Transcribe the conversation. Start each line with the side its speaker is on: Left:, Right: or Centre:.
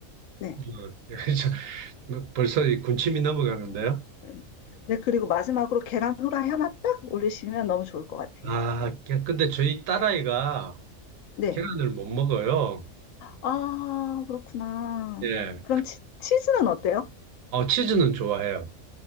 Right: 어,
Left: 네.
Right: <laughs> 저- 뭐 벌써 이 군침이 넘어가는데요?
Left: 음, 네, 그리고 마지막으로 계란 후라이 하나 딱 올리시면 너무 좋을 것 같아요.
Right: 아, 깨- 근데 저희 딸아이가
Left: 네.
Right: 계란을 못 먹어요.
Left: 아, 그렇구나.
Right: 예.
Left: 그럼 치, 치즈는 어때요?
Right: 어, 치즈는 좋아해요.